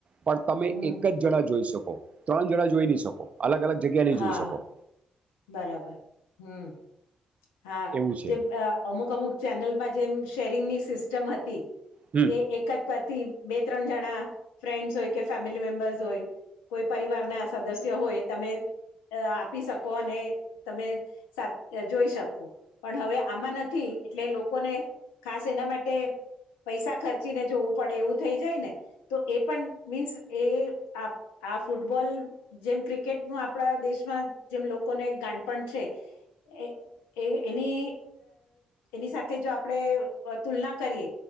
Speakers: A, on the right (about 45°); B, on the left (about 80°).
A: પણ તમે
B: હમ
A: એક જ જણા જોઈ શકો. ત્રણ જણા જોઈ નહી શકો. અલગ અલગ જગ્યા નહીં
B: હા
A: જોઈ
B: હા
A: શકો.
B: બરાબર હમ્મ હા
A: એવું છે
B: જેમ અ અમુક અમુક ચેનલમાં જેમ ટેરિંગની સિસ્ટમ હતી.
A: હમ
B: એ એક જ પરથી બે ત્રણ જણા ફ્રેન્ડ્સ હોય કે ફેમિલી મેમ્બર્સ હોય કોઈ પરિવારના સદસ્ય હોય તમે અ આપી શક કો ને તમે સાથ જોઈ શકો. પણ હવે આમાં નથી એટલે લોકોને ખાસ એના માટે પૈસા ખર્ચીને જોવું પડે એવું થઈ જાય ને તો એ પણ મીન્સ એ આ આ ફૂટબોલ જેમ ક્રિકેટનું આપણા દેશમાં જેમ લોકોને ગાનપણ છે એ એ એની એની સાથે જો આપણે તુલના કરીએ